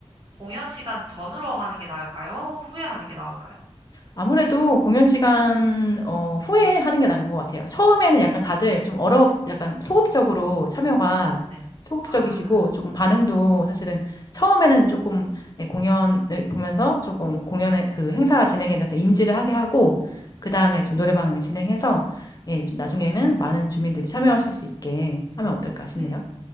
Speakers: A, on the right; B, on the left.
A: 공연 시간 전으로 하는 게 나을까요? 후에 하는 게 나을까요?
B: 아무래도 공연 시간 어, 후에 하는 게 나은 것 같아요. 처음에는 약간 다들 좀 얼어, 약간 소극적으로 참여가
A: 네.
B: 소극적이시고
A: 아,
B: 조금 반응도 사실은 처음에는 조금 예, 공연을 보면서 조금 공연의 그 행사 진행에 대해서 인지를 하게 하고 그 다음에
A: 네.
B: 좀 노래방을 진행해서 예, 좀 나중에는
A: 아,
B: 많은 주민들이 참여하실 수 있게 하면 어떨까 싶네요.
A: 네.